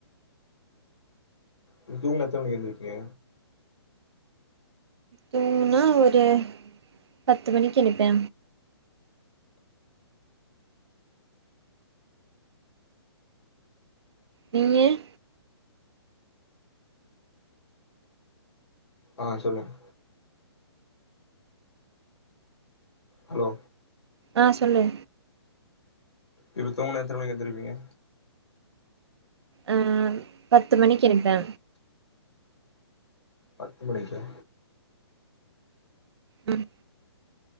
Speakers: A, on the left; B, on the right.
A: நீ தூங்குனா எத்தன மணிக்கு எந்திருப்பீங்க
B: தூங்குனா ஒரு பத்து மணிக்கு எழுந்திருப்பே நீங்கள்
A: ஆ சொல்லுங் ஹலோ
B: ஆ சொல்லு
A: இப்ப தூங்குனா எத்தன மணிக்கு எந்துருப்பீங்க
B: ஆ பத்து மணிக்கு எழுபே
A: பத்து மணிக்கா
B: உம்